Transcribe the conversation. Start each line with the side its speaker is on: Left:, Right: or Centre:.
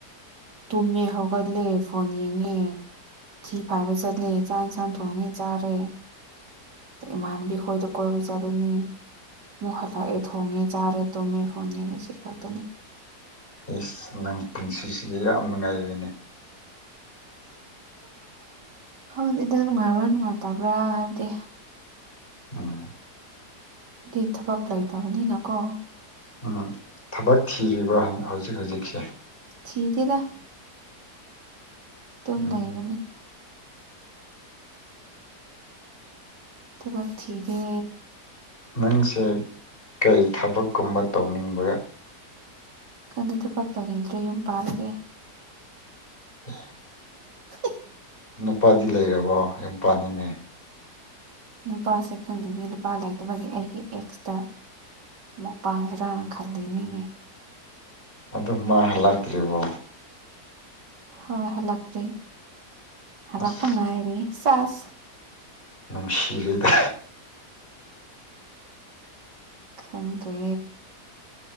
Right: ꯇꯨꯝꯃꯦ ꯍꯧꯒꯠꯂꯦ ꯐꯣꯟ ꯌꯦꯡꯉꯦ ꯊꯤ ꯐꯥꯏꯕ ꯆꯠꯂꯦ ꯆꯥꯛ ꯏꯟꯁꯥꯡ ꯊꯣꯡꯉꯦ ꯆꯥꯔꯦ ꯏꯃꯥꯟꯕꯤ ꯍꯣꯏꯗ ꯀꯣꯏꯕ ꯆꯠꯅꯤ ꯃꯨ ꯍꯜꯂꯛꯑꯦ ꯊꯣꯡꯉꯦ ꯆꯥꯔꯦ ꯇꯨꯝꯃꯦ ꯐꯣꯟ ꯌꯦꯡꯉꯦ ꯁꯤ ꯈꯛꯇꯅꯤ
Left: ꯌꯦꯁ ꯅꯪ ꯄꯨꯟꯁꯤꯁꯤꯗꯤ ꯌꯥꯝ ꯅꯨꯡꯉꯥꯏꯔꯤꯅꯦ <unintelligible>
Right: ꯈꯪꯗꯦꯗ ꯅꯨꯡꯉꯥꯏꯕ꯭ꯔꯥ ꯅꯨꯡꯉꯥꯏꯇꯕ꯭ꯔꯥ ꯍꯥꯏꯕꯗꯤ
Left: ꯑꯝ
Right: ꯑꯗꯨꯗꯤ ꯊꯕꯛ ꯂꯩꯇꯕꯅꯤꯅꯀꯣ
Left: ꯎꯝ ꯊꯕꯛ ꯊꯤꯔꯤꯕ ꯍꯧꯖꯤꯛ ꯍꯧꯖꯤꯛꯁꯦ
Right: ꯊꯗꯦꯗ ꯑꯗꯨꯝ
Left: ꯎꯝ
Right: ꯂꯩꯕꯅꯤ ꯊꯕꯛ ꯊꯗꯦ
Left: ꯅꯪꯁꯦ ꯀꯩ ꯊꯕꯛꯀꯨꯝꯕ ꯇꯧꯅꯤꯡꯕꯒ
Right: ꯀꯪꯗ ꯊꯕꯛꯇꯧꯅꯤꯡꯗ꯭ꯔ ꯌꯨꯝ ꯄꯥꯜꯂꯒꯦ
Left: <unintelligible>
Right: <unintelligible>
Left: ꯅꯨꯄꯥꯗꯤ ꯂꯩꯔꯕꯣ ꯌꯨꯝ ꯄꯅꯤꯅꯦ
Right: ꯅꯨꯄꯥꯁꯦ ꯈꯪꯗꯦꯅꯤ ꯅꯨꯄꯥ ꯂꯩꯇꯕꯒꯤ ꯑꯩꯒꯤ ꯑꯦꯛꯁꯇ ꯃꯨꯛ ꯄꯥꯟꯁꯤꯔꯥꯅ ꯈꯜꯂꯤꯅꯤꯅꯦ
Left: ꯑꯗꯨ ꯃꯥꯍꯜꯂꯛꯇ꯭ꯔꯤꯕꯣ
Right: ꯍꯣꯏ ꯍꯜꯂꯛꯇ꯭꯭ꯔꯦ ꯍꯜꯂꯛꯄ
Left: ꯑꯁ
Right: ꯉꯥꯏꯔꯤ ꯆꯥꯁ
Left: ꯅꯅꯨꯡꯁꯤꯔꯗ
Right: ꯈꯪꯡꯗꯦ